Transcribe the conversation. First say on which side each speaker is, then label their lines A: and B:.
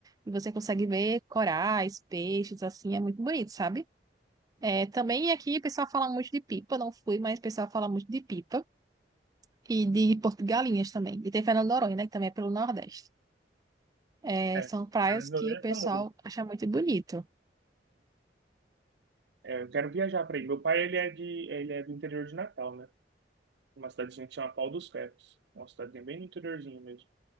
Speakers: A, on the right; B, on the right.
A: e você consegue ver corais, peixes, assim, é muito bonito, sabe? É, também aqui o pessoal fala muito de pipa, não fui, mas o pessoal fala muito de pipa. E de Porto de Galinhas também. E tem Fernando de Noronha, né, que também é pelo Nordeste. É,
B: É,
A: são praias
B: Fernando de
A: que
B: Noronha
A: o pessoal
B: é famoso.
A: acha muito bonito.
B: É, eu quero viajar pra aí. Meu pai, ele é, de, ele é do interior de Natal, né? Uma cidadezinha que chama Pau dos Ferros. É Uma cidadezinha bem no interiorzinho mesmo.